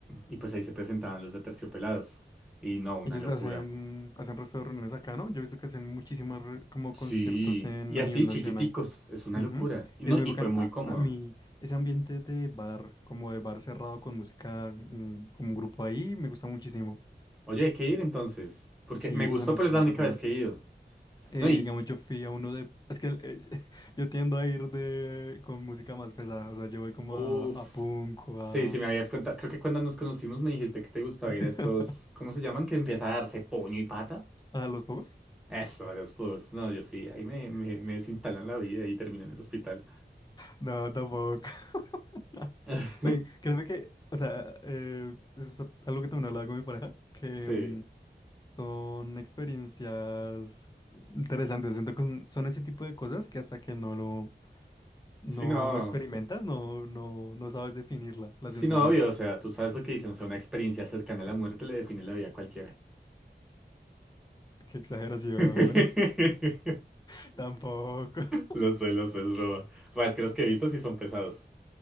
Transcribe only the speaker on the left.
Ellos
hacen, hacen resto de reuniones acá, ¿no? Yo he visto que hacen muchísimos re- como
conciertos en,
a
nivel
nacional.
Ujú.
Y
es muy
bacano.
A,
a mí, ese ambiente de bar, como de bar cerrado con música, mm, como un grupo ahí, me gusta muchísimo.
Sí,
esos
ambientes
son
muy
bacanos.
Eh,
digamos, yo fui a uno de... Es que eh, <laughs> yo tiendo a ir de, con música más pesada. O sea, yo voy como
a, a punk o
a...
<laughs>
¿A los pocos?
No, tampoco. <laughs>
Oye, créeme que... O sea, eh, eso es algo que también hablaba con mi pareja, que...
mm, Son experiencias interesantes. Siento que son son ese tipo de cosas que hasta que no lo no,
no experimentas, no, no, no sabes definirla, la
sensación.
Qué exageración.
<laughs> Tampoco.